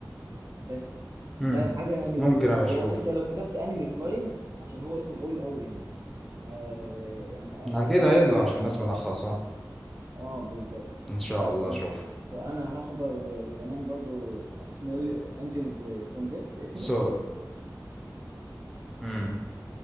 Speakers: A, on the right; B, in the centre.
A: بس ده
B: امم
A: حاجة يعني
B: ممكن ابقى
A: هو
B: اشوف
A: انت لو كتبت انمي سلايم عشان هو اسمه طويل قوي يعني ها يعني
B: أكيد
A: اريكومند
B: هيظهر
A: جدا
B: عشان الناس
A: بصراحة
B: ملخصة
A: اه بالظبط
B: إن شاء الله
A: بس
B: أشوف
A: فانا هحضر كمان برضو اسمه انجلز فروم ديس اسمه
B: سو امم